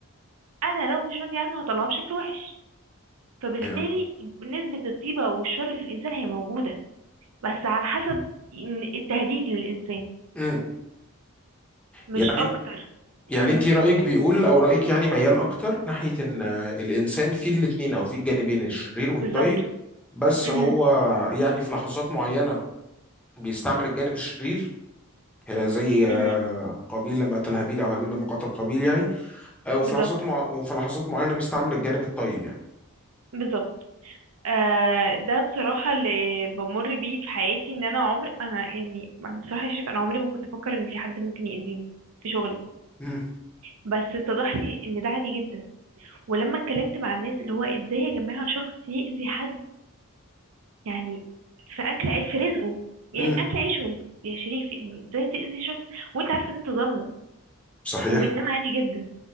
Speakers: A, on the right (about 75°); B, in the centre.
A: انا لو مش راضية عنه هطلعه بشكل وحش فبالتالي
B: ايوه
A: نسبة الطيبة والشر في الانسان هي موجودة بس على حسب إن- التهديد للانسان
B: امم
A: مش
B: يعني
A: اكتر
B: يعني
A: امم
B: انت رأيك بيقول او رأيك يعني ميال اكتر ناحية ان الانسان فيه الاتنين او فيه الجانبين الشرير والطيب
A: بالظبط
B: بس
A: امم
B: هو يعني في لحظات معينة بيستعمل الجانب الشرير آه، زي آه،
A: امم
B: قابيل لما قتل هابيل او هابيل لما قتل قابيل يعني آه، وفي
A: بالظبط
B: لحظات مع... وفي لحظات معينة بيستعمل الجانب الطيب يعني
A: بالظبط آه ده بصراحة اللي بمر بيه في حياتي ان انا عمري انا يعني أنا بصراحة شايف انا عمري ما كنت افكر ان في حد ممكن يأذيني في شغلي
B: امم
A: بس اتضح لي ان ده عادي جدا ولما اتكلمت مع الناس اللي هو ازاي يا جماعة شخص يأذي حد يعني في اكل عيش في رزقه يعني
B: امم
A: اكل عيشه يا شريف يعني ازاي تأذي شخص وانت عارف ان انت ظالمه
B: صحيح
A: وبتنام عادي جدا